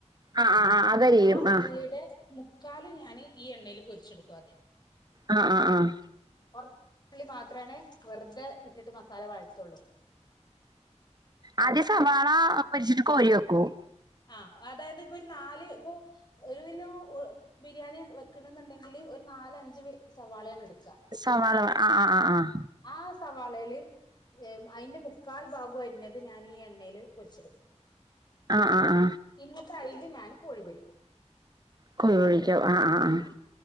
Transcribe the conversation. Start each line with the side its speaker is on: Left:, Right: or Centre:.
Right: ആഹ് ആഹ് ആഹ് അതരിയും
Left: ആ ഉള്ളിടെ
Right: ആഹ്
Left: മുക്കാലുംഞാന് ഈ എണ്ണേല് പൊര്ച്ചെട്ക്കു അദ്യം
Right: ആഹ് ആഹ് ആഹ്
Left: കൊർ ള്ളി മാത്രേണ് വെറ്തെ ഇട്ടിട്ട് മസാല വഴറ്റൊള്ളൂ
Right: ആദ്യം സവാള പൊര്ച്ചിട്ട് കോരി വെക്കും
Left: ആഹ് അതായത് പ്പൊര് നാല് പ്പൊ ഒര് വിലോ ഒ ബിരിയാണി വെക്ക്ണ് ന്ന്ണ്ടെങ്കില് ഒരു നാല, അഞ്ച് വെ സവാളേണ് ട്
Right: സവാള വെ ആഹ് ആഹ് ആഹ് ആഹ്
Left: ആ സവാളേല് ഏ അയിന്റെ മുക്കാൽ ഭാഗൊ അര്ഞ്ഞത് ഞാൻ ഈ എണ്ണേല് പൊരിച്ചെട്ക്കും.
Right: ആ ആ ആ
Left: ഇന്നത്തെ അയ്ൽ ഞാൻ കോഴി പൊരിക്കും
Right: <unintelligible> ആഹ് ആഹ് ആഹ്
Left: ആ